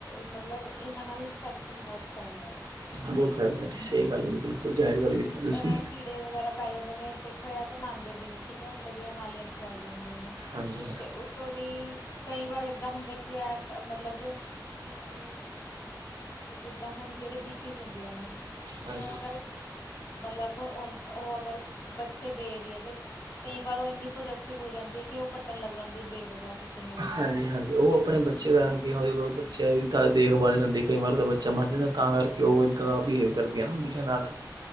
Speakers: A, on the left; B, on the right.
A: ਮਤਲਬ ਇਹਨਾਂ ਨਾਲ ਇਨਫੈਕਸ਼ਨ ਬਹੁਤ ਫੈਲਦਾ ਦੇਖੋ ਤਾਂ।
B: ਬਹੁਤ ਫੈਲਦਾ ਏ। ਸਹੀ ਗੱਲ ਕੀਤੀ। ਬਿਲਕੁਲ
A: ਹਾਂ।
B: ਜਾਇਜ ਗੱਲ ਕੀਤੀ ਤੁਸੀਂ।
A: ਇਹਨਾਂ ਨੂੰ ਵਗੈਰਾ ਪੈ ਜਾਂਦੇ ਨੇ ਦੇਖੋ ਯ ਤਾਂ ਨਾਂਦੇ ਵੀ ਨੇ ਠੀਕ ਹੈ ਉੱਤੋਂ ਦੀਆਂ ਨਾਲੀਆਂ ਚ ਵੜ ਜਾਂਦੇ ਨੇ।
B: ਹਾਂਜੀ
A: ਤੇ ਉੱਤੋਂ ਦੀ ਕਈ ਵਾਰ ਏਦਾਂ ਹੁੰਦਾ ਕੀ ਐ ਮਤਲਬ ਥੋੜੇ ਮਤਲਬ ਜਿੱਦਾਂ ਹੁਣ ਜਿਹੜੇ ਬੀਚਿਸ ਹੁੰਦੀਆਂ ਨੇ। ਤੇ
B: ਹਾਂਜੀ
A: ਉਹ ਅਗਰ ਮਤਲਬ ਉਹ ਉਹ ਅਗਰ ਬੱਚੇ ਦੇ ਰਹੀਏ ਤੇ ਕਈ ਵਾਰ ਉਹ ਇੰਨੀ ਪ੍ਰੋਜੈਸਿਵ ਹੋ ਜਾਂਦੀ ਹੈ ਕਿ ਉਹ ਕੱਟਣ ਲੱਗ ਜਾਂਦੀ ਹੈ ਬੇਵਜਾ ਕਿਸੇ ਨੂੰ ਵੀ।
B: ਹਾਂਜੀ ਹਾਂਜੀ ਉਹ ਆਪਣੇ ਬੱਚੇ ਕਾਰਨ ਕਿਦੇ ਕੋਲ ਬੱਚਿਆਂ ਦੀ ਤਾਂ ਦੇਖਭਾਲ ਨਹੀਂ ਹੁੰਦੀ ਕਈ ਵਾਰ ਉਹਦਾ ਬੱਚਾ ਮਰ ਜਾਂਦਾ ਤਾਂ ਕਰਕੇ ਕਿ ਉਹ ਇੱਦਾਂ ਦਾ ਬਿਹੇਵ ਕਰਦੀਆਂ ਨਾ ਦੂਜਿਆਂ ਨਾਲ